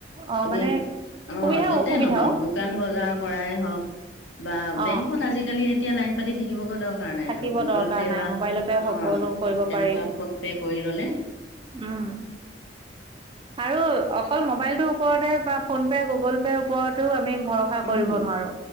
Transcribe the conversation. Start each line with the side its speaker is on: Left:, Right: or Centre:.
Right: অ
Left: তুমি
Right: মানে
Left: অঁ
Right: সুবিধা
Left: যতে
Right: অসুবিধাও
Left: নহওঁক। দোকান বজাৰ কৰাই হওঁক বা
Right: অ
Left: বেংকত আজিকালি তেতিয়া লাইন পাতি থাকিবগৈ দৰকাৰ
Right: থাকিব
Left: আৰু গুগল
Right: দৰকাৰ
Left: পে
Right: নাই
Left: বা
Right: মোবাইলতে
Left: অঁ
Right: সকলো কৰিব
Left: তেনেকুৱা
Right: পাৰি
Left: ফোন পে কৰি ললে
Right: উম। আৰু অকল মোবাইলটোৰ ওপৰতে বা ফোন পে' গুগল পে'ৰ ওপৰতেও আমি ভৰসা কৰিব
Left: উম
Right: নোৱাৰো।